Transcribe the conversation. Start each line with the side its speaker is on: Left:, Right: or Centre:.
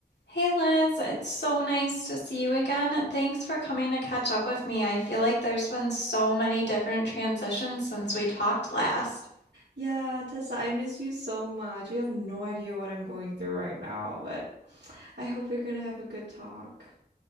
Left: Hey Liz, it's so nice to see you again. Thanks for coming to catch up with me. I feel like there's been so many different transitions since we talked last.
Right: Yeah, Tessa, I miss you so much. You have no idea what I'm going through right now, but I hope we're gonna have a good talk.